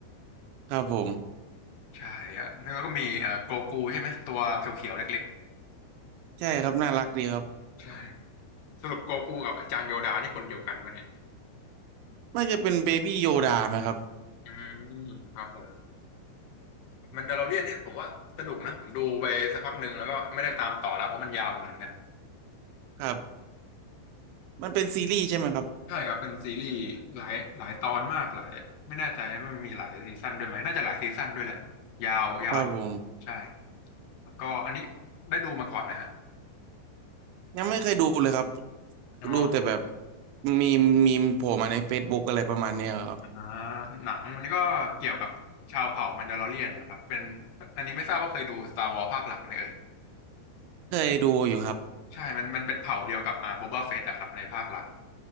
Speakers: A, on the right; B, on the left.
A: <laughs> ครับผม
B: ใช่อะแล้วก็มีเอ่อโกกูใช่ไหมตัวเขียวๆเล็ก
A: ใช่ครับน่ารักดีครับ
B: ๆใช่ สรุปโกกูกับอาจารย์โยดานี่คนเดียวกันปะเนี่ย
A: น่าจะเป็นเบบี้โยดาไหมครับ
B: อืมครับผมมันเดลโลเรียนนี่ผมว่าสนุกนะ ผมดูไปสักพักหนึ่งแล้วก็ไม่ได้ตามต่อแล้วเพราะมันยาวเหมือนกัน
A: ครับมันเป็นซีรีส์ใช่ไหมครับ
B: ใช่ครับเป็นซีรีส์หลายหลายตอนมากหลายไม่แน่ใจนะมันมีหลายซีซั่นด้วยไหมน่าจะหลายซีซั่นด้วยแหละ ยาว ยาวอยู่
A: ครับผม
B: ใช่ แล้วก็อันนี้ได้ดูมาก่อนนะฮะ
A: ยังไม่เคยดูเลยครับ
B: อ๋อ
A: ดูแต่แบบมีมีมโผล่มาใน Facebook อะไรประมาณเนี้ยครับ
B: อ่าหนังอันนี้ก็เกี่ยวกับชาวเผ่ามันดาโลอเรียนนะครับเป็นอันนี้ไม่ทราบว่าเคยดู Star Wars ภาคหลักไหมเอ่ย
A: เคยดูอยู่ครับ
B: ใช่มันมันเป็นเผ่าเดียวกับอ่าโบบาเฟตอะครับในภาคหลัก